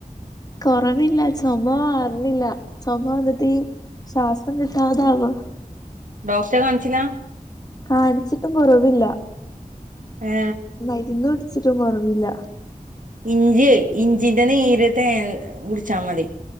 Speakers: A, on the left; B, on the right.
A: കൊറവില്ല ചുമ വര്ണില്ല ചുമ വന്നിട്ടീ ശ്വാസം കിട്ടാതാവാ
B: ഡോക്ടറെ കാണിച്ചില്ലാ
A: കാണിച്ചിട്ടും കൊറവില്ല
B: ഏ
A: മരുന്ന് കുടി ച്ചിട്ടും കുറവില്ല
B: ഇഞ്ചി ഇഞ്ചിന്റെ നീര് തേൻ കുടിച്ചാൽ മതി